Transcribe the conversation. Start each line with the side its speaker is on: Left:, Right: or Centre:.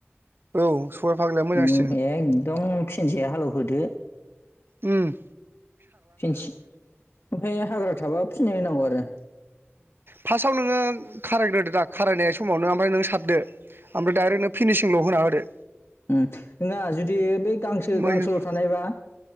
Right: औ सबाइ फाग्लाया मोजांसिन
Left: ओम एखदम फिनसे हालेवहोदो
Right: ओम
Left: फिसि ओमफ्राय हाग्रा थाबा फिननै होनांगौ आरो
Right: फार्स्टाव नोङो खारायग्रोदो दा खारायनाय समावनो ओमफ्राय नों सारदो ओमफ्राय डाइरेक्टनो फिनिसिंल' होना होदो
Left: ओम नङा जुदि बे गांसो
Right: मै
Left: गांसोल'
Right: होगोन
Left: थानायबा